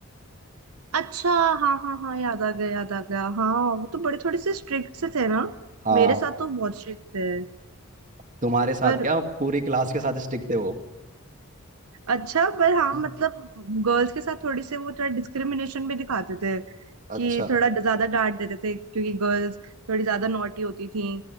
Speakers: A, on the right (about 80°); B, on the right (about 35°).
A: अच्छा हाँ हाँ हाँ याद आ गया याद आ गया हाँ वो तो बड़े थोड़े से स्ट्रिक्ट से थे ना
B: हाँ
A: मेरे साथ तो बहुत स्ट्रिक्ट थे
B: तुम्हारे साथ
A: पर
B: क्या पूरी क्लास के साथ स्टिक थे वो
A: अच्छा पर हाँ
B: हम्म,
A: मतलब गर्ल्स के साथ थोड़ी से वो थोड़ा डिस्क्रिमिनेशन भी दिखाते थे
B: अच्छा
A: कि थोड़ा ज्यादा डांट देते थे क्योंकि गर्ल्स थोड़ी ज्यादा नॉटी होती थी